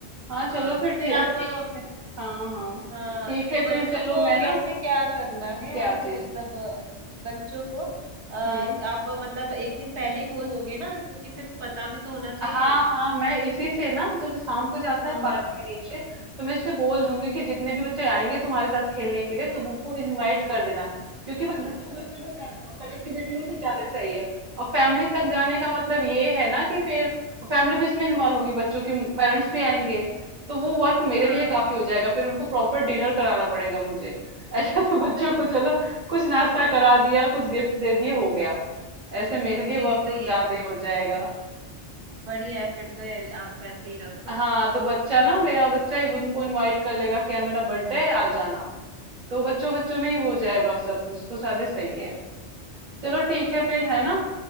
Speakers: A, on the right; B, on the right.
A: हाँ
B: हाँ
A: चलो फिर
B: तो फिर
A: ठी-
B: आप
A: ठीक
B: अ,
A: है हाँ हाँ
B: हाँ
A: ठीक
B: तो
A: है
B: बच्चों
A: फिर चलो
B: को
A: मैं ना
B: कैसे क्या करना है
A: क्या
B: हमको
A: चीज
B: मतलब अ, बच्चों को अ,
A: हम्म
B: आप मतलब एक दिन पहले ही बोल दोगे ना क्योंकि फिर पता भी तो होना चाहिए
A: हाँ हाँ मैं इसी से ना जब शाम को जाता
B: हम्म
A: है पार्क
B: हम्म,
A: में नीचे तो मैं इससे बोल दूंगी कि जितने भी बच्चे आएंगे तुम्हारे साथ खेलने के लिए तुम उनको इनवाइट कर देना क्योंकि बस बच्चों बच्चों में कनेक्टिविटी हो तो ज्यादा सही है और फैमिली तक जाने का मतलब ये है ना कि फिर फैमिली भी इसमें इन्वॉल्व होगी बच्चों के पेरेंट्स भी आएंगे तो वो वर्क मेरे
B: हाँ
A: लिए काफी हो जाएगा फिर उनको प्रॉपर डिनर कराना पड़ेगा मुझे ऐसा तो बच्चों
B: सही
A: को चलो कुछ नाश्ता करा दिया कुछ गिफ्ट दे दिए हो गया ऐसे मेरे
B: हम्म,
A: लिए
B: फिर
A: वर्कलोड
B: ये तो ये
A: ज्यादा हो जाएगा
B: बढ़िया है फिर तो ये आप वैसे ही रखो
A: हाँ तो बच्चा ना मेरा बच्चा ही उनको इनवाइट कर लेगा कि यार मेरा बर्थडे है आ जाना तो बच्चों बच्चों में ही हो जाएगा सब कुछ तो सादे सही है चलो ठीक है फिर है ना